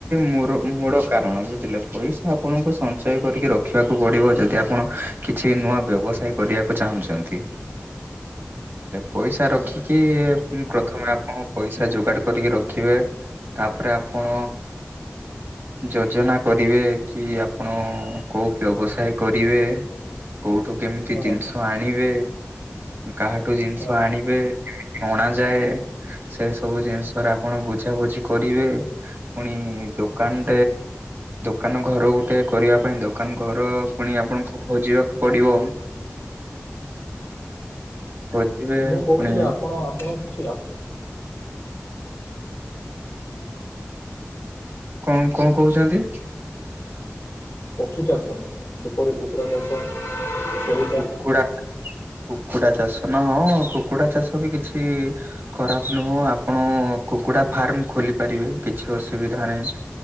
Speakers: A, on the right; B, on the left.
A: ମୁର ମୂଳ କାରଣ ବୁଝିଲେ? ପଇ ଆପଣଙ୍କୁ ସଞ୍ଚୟ କରିକି ରଖିବାକୁ ପଡିବ, ଯଦି ଆପଣ କିଛି ନୂଆ ବ୍ୟବସାୟ କରିବାକୁ ଚାହୁଁଚନ୍ତି। ପଇସା
B: ଆଚ୍ଛା
A: ରଖିକି
B: ଆଚ୍ଛା
A: ହୁଁ, ପ୍ରଥମେ ଆପଣ ପଇସା ଯୋଗାଡ଼ କରିକି ରଖିବେ। ତା'ପରେ ଆପଣ ଯୋଜନା କରିବେ। କି ଆପଣ କଉ ବ୍ୟବସାଏ କରିବେ, କଉଠୁ କେମିତି
B: ହଁ
A: ଜିନ୍‌ ଆଣିବେ, କାହାଠୁ ଜିନ୍‌ଷ
B: ହଁ ହଁ
A: ଆଣିବେ? ଅଣା ଯାଏ। ସେ ସବୁ ଜିନ୍‌ଷରେ, ଆପଣ ବୁଝାବୁଝି କରିବେ। ପୁଣି ଦୋକାନ୍‌ ଦୋକାନ ଘର ଗୋଟେ କରିବା ପାଇଁ, ଦୋକାନ୍‌ ଘର ପୁଣି ଆପଣଙ୍କୁ ଖୋଜିବାକୁ ପଡ଼ିିବ। ଖୋଜିବେ
B: ମୁଁ, କହୁଥିଲି
A: ପୁଣି
B: ଆପଣ <inaudible>
A: କଣ କଣ କହୁଛନ୍ତି।
B: ପଶୁ ଚାଷ ଯେପରି କୁକୁଡା ଚାଷ। ଚାଷ
A: କୁକୁଡ଼ା କୁକୁଡା ଚାଷ ନା ହଁ କୁକୁଡା ଚାଷ ବି କିଛି ଖରାପ ନୁହଁ ଆପଣ କୁକୁଡା ଫାର୍ମ ଖୋଲି ପାରିବେ କିଛି ଅସୁବିଧା ନାହିଁ।